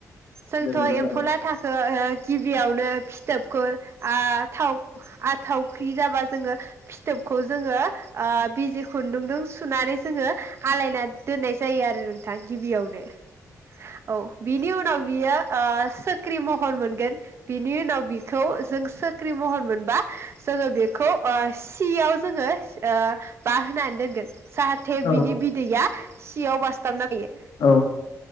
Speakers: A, on the right; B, on the left.
A: जोंथ'
B: दे बिदिब्ला
A: एम्फौलाथाखो ओ गिबियावनो फिथोब खौ आ थाव आ थावख्रि जाबा जोङो फिथोबखौ जोङो बिजि ओ खुन्दुंजों सुनानै जोङो आलायना दोननाय जायो आरो नों थां गिबियावनो। औ बिनि उनाव बेयो ओ सिख्रि महर मोनगोन बिनि उनाव बिखौ जों सो ख्रि महर मोनबा जोङो बेखौ ओ सियाव जोङो ओ बा होनानै दोनगोन। जाहाथे
B: औ
A: बिनि बिदैया सियाव बासथाबना इयो
B: औ